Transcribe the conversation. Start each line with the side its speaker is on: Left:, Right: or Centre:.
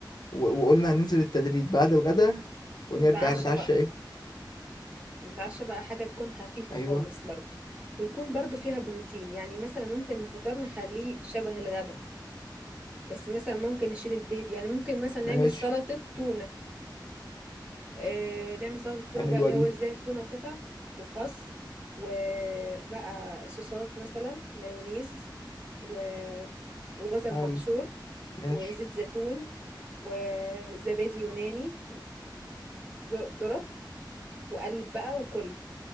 Left: و- وقلنا هننزل التدريب بعد الغدا ونرجع
Right: نتعشى
Left: نتعشى
Right: بقى
Left: ايه
Right: نتعشى بقى حاجة تكون خفيفة
Left: ايوه
Right: خالص برضو ويكون برضو فيها بروتين يعني مثلا ممكن الفطار نخليه شبه الغدا بس مثلا ممكن نشيل البيض يعني ممكن مثلا نعمل
Left: ماشي
Right: سلطة تونة آه نعمل سلطة تونة
Left: حلوة
Right: بقى اللي
Left: دي
Right: هو ازاي التونة قطع وخس وبقى صوصات مثلا مايونيز و... وجزر
Left: حلو
Right: مبشور
Left: ماشي
Right: وزيت زيتون وزبادي يوناني وذرة وقلب بقى وكل